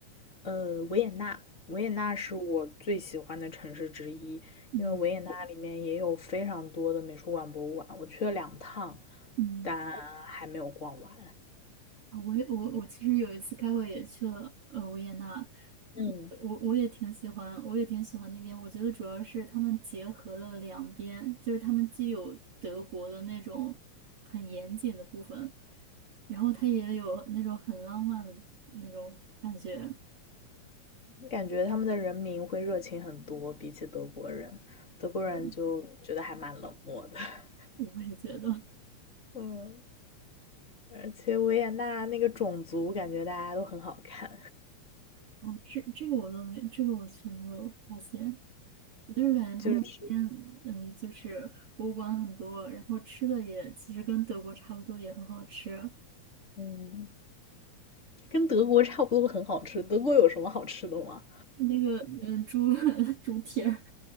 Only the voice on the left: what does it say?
呃，维也纳，维也纳是我最喜欢的城市之一，
因为维也纳里面也有非常多的美术馆、博物馆，我去了两趟，
但还没有逛完。
嗯，
感觉他们的人民会热情很多，比起德国人，德国人就觉得还蛮冷漠的。
<laughs>
嗯，而且维也纳那个种族，感觉大家都很好看，
就是
嗯，跟德国差不多，很好吃。德国有什么好吃的吗？